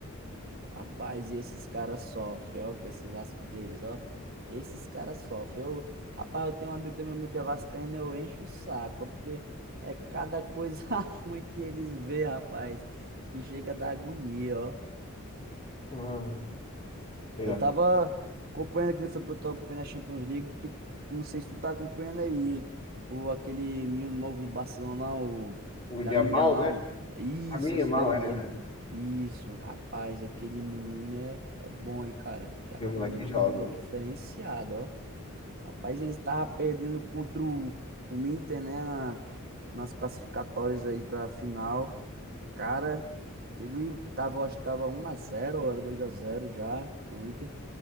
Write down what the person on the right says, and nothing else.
Rapaz, e esses caras sofrem, ó, com esse Vasco deles, ó. Esses caras sofrem. Eu, rapaz, eu tenho um amigo, tem meu amigo que é vascaíno, eu encho o saco, ó, porque é cada coisa <laughs> ruim que eles vê, rapaz, que chega a dar agonia, ó.
Eu tava acompanhando que foi pro tô acompanhando a Champions League. que- não sei se tu tá acompanhando aí o aquele menino novo do Barcelona, o
Lamine Yamal.
Isso,
esse
daí
mesmo.
Isso, rapaz, aquele menino é, é bom, hein, cara. Que- Aquele
menino
é
diferenciado, ó. Rapaz, ele estava perdendo contra o, o Inter, né, na- nas classificatórias aí pra final. Cara, ele tava, eu acho que tava um a zero era dois a zero já pro Inter.